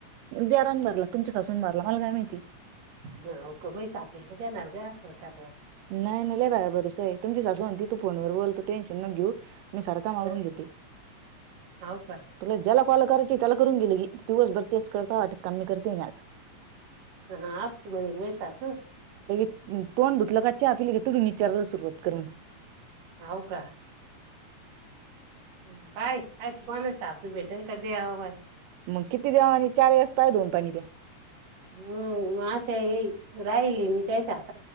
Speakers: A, on the right; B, on the right.
A: देरान भरला तुमच्या सासून भरला मला काय माहिती
B: न होक <unintelligible> ग असल करणार
A: नाही नाही <unintelligible> बरोसा आहे, तुमची सासू म्हणती तू फोनवर बोल, तू टेन्शन नक घेऊ. मी सारका मारून
B: हं.
A: घेते,
B: हाव का?
A: तुला ज्याला कॉल कराचाय त्याला करून घे लगी दिवस भर तेच करता वाटत, काम मी करतेय न आज
B: ह <unintelligible>
A: उ तोड धुतलं का, च्या पिली का, <unintelligible> विचाराला सुरुवात करन
B: हाव का? उम काय अशी कोणाची सासू भेटेल का देवावानी?
A: मग किती देवावाणी चार वेळेस पाय धुऊन पाणी प्या
B: <unintelligible> अशा ये राहिली न त्याच्यात